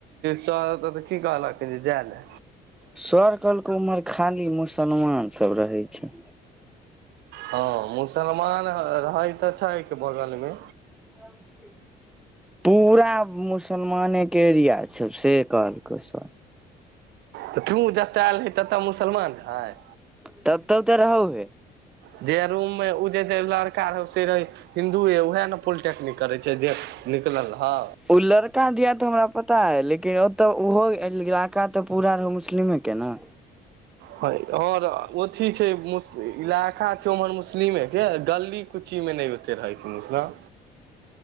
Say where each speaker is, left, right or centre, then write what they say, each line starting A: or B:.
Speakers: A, on the right (about 85°); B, in the centre.
A: सऽ की कहल कु जा ले
B: सर कहलक उम्हर खाली मुसलमान सब रहे छै
A: हँ मुसलमान है तऽ छैके बगलमे
B: ह पूरा मुसलमानेके एरिया छै से कहलकै सर
A: तऽ तू जतय आयल रही ततय मुसलमान रहय
B: तऽ तऽ त रह हुए
A: जे रूममे ओ जे जे लड़का रहै से रहै हिन्दू य उएह ने पोलिटेक्निक करे छै जे निकलल हा
B: ओ लड़का दिया तऽ हमरा पता अइ लेकिन ओतऽ ओहो इलाका तऽ पूरा रहै मुस्लिमेके ने
A: ह ओर ओथी छै मु इलाका छै उम्हर मुस्लिमे के गली कुछ कु मे नहि होते रहै सुन न